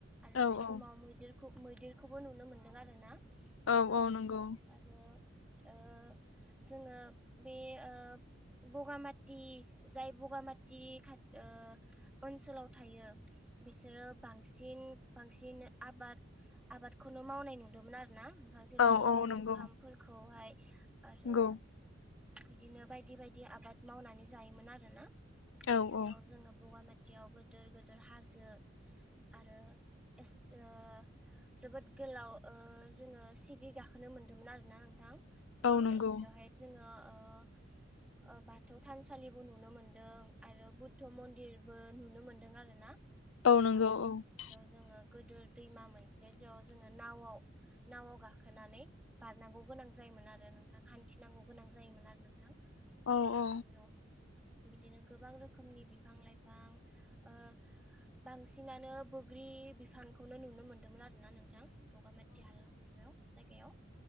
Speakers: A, in the centre; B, on the left (about 80°).
A: आरो
B: औ
A: बे
B: औ
A: समाव मैदिर खुब मैदेरखौबो नुनो मोनदों आरो ना। नोंथां
B: औ औ नंगौ
A: आरो। ओ-जोङो बे ओ-बगामाथि जाय बगामाथि खाथ-ओ- ओनसोलाव थायो बिसोरो बांसिन बांसिन आबाद आबादखौनो मावनाय नुदोंमोन आरो ना। <unintelligible> जेराव
B: औ
A: ओ-जुखामफोरख
B: औ नंगौ
A: औहाय। आरो।
B: नंगौ
A: बिदिनो बायदि बायदि आबाद मावनानै जायोमोन आरोना।
B: औ
A: जेराव
B: औ
A: जोङो बगामाथ थियाव। गोदोर गोदोर हाजो। आरो एस ओ-जोबोद गोलाव ओ-जोङो सिडि गाखोनो मोन्दोंमोन आरोना आं। थां। बे
B: औ नंगौ
A: बेवहाय जोङो। ओ-ओ-बाथौ थानसालिबो नुनो मोनदों आरो बुद्ध मन्दिरबो नुनो मोनदों आर ना। नोंथां
B: औ नंगौ औ
A: जेराव जोङो गोदो। दैमा मोनसे जयाव जोङो नावआव नावआव गाखोनानै बारनांगौ गोनां जा जायोमोन आरो नोंथां हान्थिनांगौ गोनां जायोमोन आरो नोंथां।
B: औ औ।
A: जेराव बिदिनो गोबां रोखोमनि बिफां लाइफां ओ-बांसिनानो बोग्रि बिफांखौनो नुनो मोनदोंमोन आरो ना नोंथां। बगामाथि हालाम माबायाव। जायगायाव।